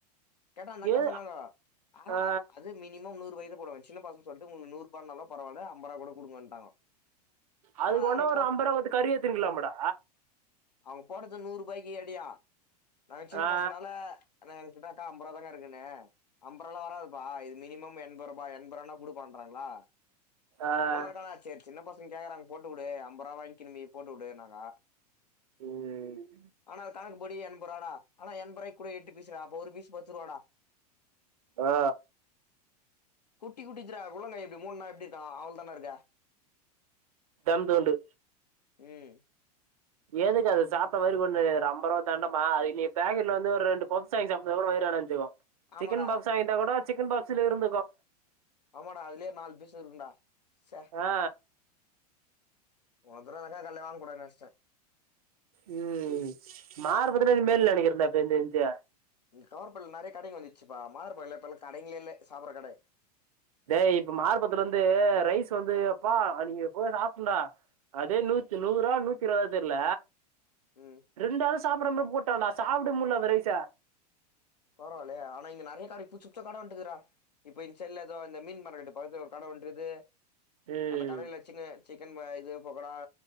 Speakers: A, on the left; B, on the right.
A: கேட்டா அந்த அக்கா
B: ஏ
A: சொன்னாங்க ஆமா
B: ஆ
A: அது மினிமம் நூறுவாய்குதா போடுவாங்க சின்ன பச தொட்டுக்க உங்களுக் நூறுபானாலு பரவால்ல அம்ப ரூவா கூட குடுங்கன்ட்டாங்க
B: அதுக்கு
A: ஆனா
B: ஒண்ணொ
A: அவங்க
B: ஒரு
A: போட்
B: அம்ப ரூவா குத்து கறி ஏத்துருக்கலாமடா
A: அவங்க போட்டது நூறு ரூபாய்க்கு எடியா நாங்க சின்ன
B: ஆ
A: பசனால ஆனா எங் கிட்டக்கா அம்பது ரூபாதா இருக்குனு அம்பது ரூாபாலா வராதுப்பா இது மினிமம் எண்பது ரூபா எண்ப ரூனா குடுக்கமாட்ராங்ளா
B: ஆ
A: ஓனரக்கானா சேரி சின்ன பசங்க கேக்குறாங்க போட்டுக்குடு அம்பது ரூபா வாங்கிக்கிணு நீ போட்டு விடுன்னாங்க
B: உம்
A: ஆனா கணக்கு பொடி என்பரூவாடா ஆனா என்பரூவாய்க் கூட எட்டு பீசுடா அப்ப ஒரு பீஸ் பத்து ரூவாடா
B: ஆ
A: குட்டி குட்டிதுடா உள்ளங்க இப்டி மூடுனா எப்டிருக்கு அவ்ளோ தான்டாருக்கு
B: தம்தோண்டு
A: உம்
B: எதுக்கு அது சாப்ட்ட மாரி ஒன்னு அம்பதுரூவா தண்டமா அதுக்கு நீ பேக்கெட்ல வந்து ஒரு ரெண்டு பப்ஸ் ப்ஸ் வாங்கி சாப்டினா கூட வயிரடஞ்சுடு
A: ஆமாடா
B: சிக்கன் பப்ஸா வாங்கிட்டா கூட சிக்கன் பாக்ஸ்ல இருந்துக்கு
A: ஆமாடா அதுலயே நாலு பீசு இருக்குடா ச்சே
B: ஆ
A: இன்னொரு தடவ அந்த கட்லயே வாங்க கூடாதுனு நனச்ட்டே
B: உம் மாறுபதுனே மேல் நினைக்கிரேன்டா எனக் தெரிஞ்சி
A: கவர்பன்ல நிறைய கடைங்க வந்துச்சுப்பா மார்பள்ள இப்பல்லா கடைங்கலே இல்ல சாப்புற கட
B: டேய் இப்ப மார்பத்துலந்து ரைஸ் வந்து அப்பா அன்னைக்கு போய் சாப்டேன்டா அதே நூத்தி
A: ம்
B: நூறா நூத்திருவதா தெர்ல
A: உம்
B: ரெண்டாள் சாப்புற மாரி போட்டான்டா சாப்ட முடில அந்த ரைச
A: பரவாயில்லயே ஆனா இங்க நிறைய கட புச்சு புச்சா கட வன்ட்டுகுதுறா இப்ப இந்சைட்ல எதோ இந்த மீன் மார்கெட்டு பக்கத்துல கட வன்டுகுது
B: ம்
A: அந்த கடையில சிக்க சிக்கன் இது பொக்கோடா